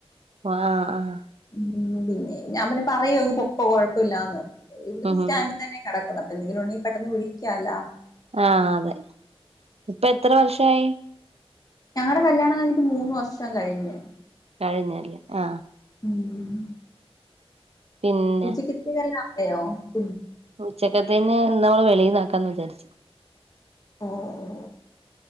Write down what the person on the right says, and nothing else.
ആഹ് ആഹ്
ആഹ്
ആഹ് അതെ ഇപ്പ എത്ര വർഷയി
കഴിഞ്ഞല്ലേ ആ
പിന്നെ
ഉച്ചക്കത്തേന് ഇന്നമ്മള് വെളിയിന്നാക്കാന്ന് വിചാരിച്ചു